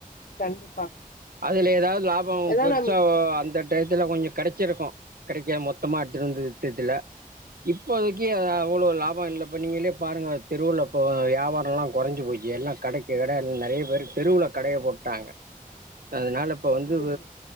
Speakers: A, on the left; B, on the right.
A: கண்டிப்பா
B: அதுல எதாவது லாபோ
A: ஏன்னா
B: பெருசா
A: நம்
B: அந்த டையத்துல கொஞ்சோ கெடச்சிருக்கு கெடைக்க மொத்தமா எத்துனு வந்து வித்ததுல இப்போதைக்கு அது அவ்ளோ லாபம் இல்லப்போ நீீங்களே பாருங்க அ தெருவுல இப்போ யாபாரம்லா கொறஞ்சு போச்சு எல்லா கடைக்கு கட இல் நெறைய பேரு தெருவுல கடைய போட்டாங்க அதனால இப்ப வந்து
A: ம்